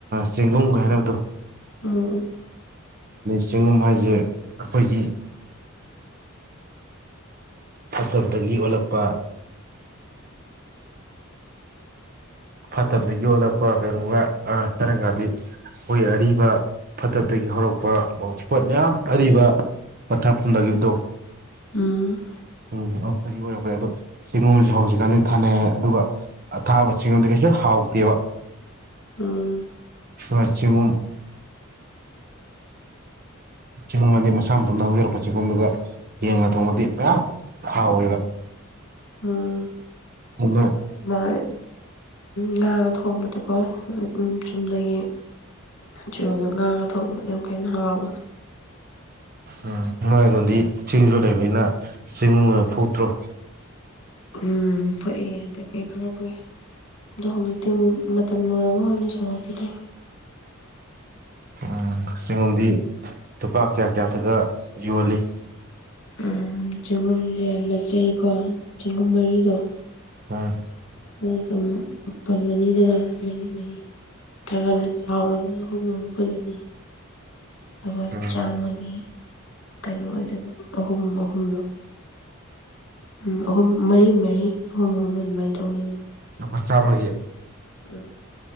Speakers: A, on the right; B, on the left.
A: ꯆꯦꯡꯒꯨꯝꯒ ꯍꯥꯏꯅꯕꯗꯣ
B: ꯎꯝ ꯎꯝ
A: ꯆꯦꯡꯒꯨꯝ ꯍꯥꯏꯁꯦ ꯑꯩꯈꯣꯏꯒꯤ ꯐꯠꯇꯕꯗꯒꯤ ꯑꯣꯜꯂꯛꯄ ꯐꯠꯇꯕꯗꯒꯤ ꯑꯣꯜꯂꯛꯄ ꯀꯩꯒꯨꯝꯕ ꯑꯥ ꯊꯥꯏꯅꯒꯗꯤ ꯃꯣꯏ ꯑꯔꯤꯕ ꯐꯠꯇꯕꯗꯒꯤ ꯍꯧꯔꯛꯄ ꯑꯣꯁꯄꯣꯠ ꯃꯌꯥꯝ ꯑꯔꯤꯕ ꯄꯠꯊꯥ ꯄꯨꯝꯊꯈꯤꯕꯗꯣ
B: ꯎꯝ
A: ꯑꯗꯨꯗꯒꯤ ꯑꯣꯏꯔꯛꯄꯅꯦ ꯍꯥꯏ ꯑꯗꯣ ꯆꯦꯡꯒꯣꯝꯁꯦ ꯍꯧꯖꯤꯛ ꯀꯥꯟꯗꯤ ꯊꯥꯅꯩ ꯑꯗꯨꯒ ꯑꯊꯥꯕ ꯆꯦꯡꯒꯨꯝꯗꯤ ꯀꯩꯁꯨ ꯍꯥꯎꯇꯦꯕ
B: ꯎꯝ
A: ꯋꯥ ꯆꯦꯡꯒꯨꯝ ꯆꯦꯡꯒꯨꯝ ꯑꯗꯤ ꯃꯁꯥ ꯃꯇꯣꯟꯗ ꯍꯧꯖꯔꯛꯄ ꯆꯤꯡꯒꯨꯝꯗꯨꯒ ꯌꯦꯟꯒ ꯊꯣꯡꯕꯗꯤ ꯃꯌꯥꯝ ꯍꯥꯎ ꯋꯦꯕ
B: ꯎꯝ
A: <inaudible>
B: ꯃꯥ ꯉꯥꯒ ꯊꯣꯡꯕꯗꯀꯣ ꯆꯨꯝꯅꯒꯤ ꯆꯦꯡꯒꯨꯝꯗ ꯉꯥꯒ ꯊꯣꯡꯕꯗ ꯑꯃꯨꯛꯀ ꯍꯦꯟꯅ ꯍꯥꯎꯑꯦ
A: ꯎꯝ ꯅꯣꯏꯑꯗꯣꯝꯗꯤ ꯆꯤꯡꯁꯨ ꯂꯩꯕꯅꯤꯅ ꯆꯦꯡꯒꯨꯝꯒ ꯐꯨꯛꯇ꯭ꯔꯣ
B: ꯎꯝ ꯐꯨꯛꯑꯦ ꯍꯟꯗꯛꯀꯤ ꯈꯔ ꯐꯨꯛꯑꯦ ꯑꯗꯣ ꯍꯧꯖꯤꯛꯇꯤ ꯑꯃꯨꯛ ꯃꯇꯝ ꯂꯣꯏꯔꯕ ꯈꯪꯗꯦ ꯁꯧꯔꯛꯈꯤꯗ꯭ꯔꯦ
A: ꯑꯥ ꯆꯦꯡꯒꯨꯝ ꯗꯤ ꯂꯨꯄꯥ ꯀꯌꯥ ꯀꯌꯥꯗꯒ ꯌꯣꯜꯂꯤ
B: ꯎꯝ ꯆꯦꯡꯒꯨꯝꯁꯦ ꯃꯆꯩꯀꯣ ꯆꯦꯡꯒꯨꯝ ꯃꯔꯤꯗꯣ
A: ꯎꯝ
B: ꯑꯅꯤ ꯑꯅꯤ ꯐꯨꯜꯂꯅꯤꯗꯅ ꯃꯔꯤ ꯃꯔꯤ ꯅꯠꯇ꯭ꯔꯒꯅ ꯆꯥꯎꯔꯒꯅ ꯑꯍꯨꯝ ꯐꯨꯜ ꯑꯅꯤ ꯑꯗꯨꯒ
A: ꯎꯝ
B: ꯆꯥꯝꯃꯒꯤ ꯀꯩꯅꯣ ꯑꯣꯏꯗꯣꯏꯕ ꯑꯍꯨꯝ ꯑꯍꯨꯝꯂꯣ ꯎꯝ ꯑꯍꯨꯝ ꯃꯔꯤ ꯃꯔꯤ ꯑꯍꯨꯝ ꯑꯍꯨꯝ ꯑꯗꯨꯃꯥꯏꯅ ꯇꯧꯔꯤꯕꯅꯦ
A: ꯃꯆꯥꯃꯒꯤ
B: ꯎꯝ